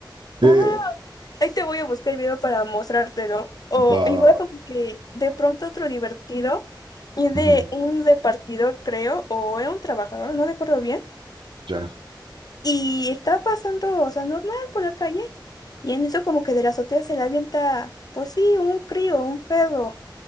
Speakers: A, on the right (about 75°); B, on the left (about 55°).
A: Eh,
B: Ajá. Ahí te voy a buscar el video para mostrártelo. O
A: va,
B: igual
A: va, va.
B: como que de pronto otro divertido y de
A: Ujú,
B: un repartidor, creo, o era un trabajador, no recuerdo bien.
A: Ya.
B: Y está pasando, o sea, normal por la calle. Y en eso como que de la azotea se le avienta, pues sí, un crío, un perro,